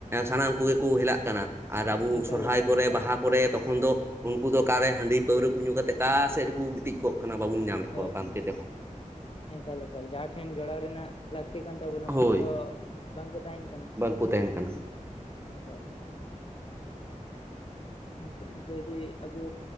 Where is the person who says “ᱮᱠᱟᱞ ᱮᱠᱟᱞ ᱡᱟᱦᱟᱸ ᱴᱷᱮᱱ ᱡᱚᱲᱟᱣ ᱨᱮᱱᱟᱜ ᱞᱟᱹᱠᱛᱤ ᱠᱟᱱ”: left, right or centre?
Left